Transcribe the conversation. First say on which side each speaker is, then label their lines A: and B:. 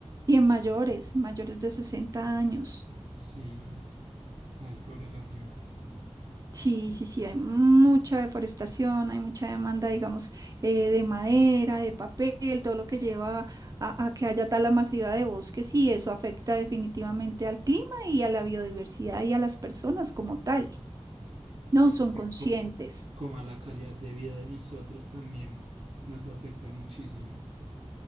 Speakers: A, on the right; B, on the right.
A: y en mayores, mayores de 60 años.
B: Sí, ay, pobre la gente.
A: Sí, sí, sí, hay mucha deforestación, hay mucha demanda, digamos, eh, de madera, de papel, todo lo que lleva a, a que haya tala masiva de bosques y eso afecta definitivamente al clima y a la biodiversidad y a las personas como tal.
B: Sí,
A: No son conscientes.
B: como, como a la calidad de vida de nosotros también nos afecta muchísimo.